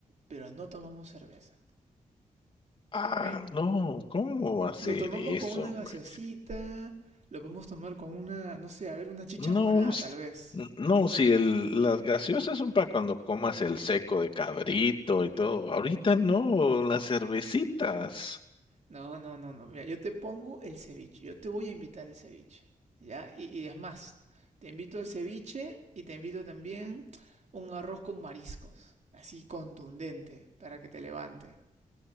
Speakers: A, on the right; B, on the left.
A: Pero no tomamos cerveza,
B: Ah,
A: ¿ok?
B: no, ¿cómo va a ser
A: Lo tomamos
B: eso,
A: con una
B: hombre?
A: gaseosita, lo podemos tomar con una, no sé, a ver, una chicha
B: No,
A: morada,
B: s-
A: tal vez.
B: n- no, si el, las gaseosas son para cuando comas el seco de cabrito y todo. Ahorita no, las cervecitas.
A: No, no, no, no. Mira, yo te pongo el ceviche. Yo te voy a invitar el ceviche. ¿Ya? Y, y es más, te invito al ceviche y te invito también un arroz con mariscos. Así contundente, para que te levante.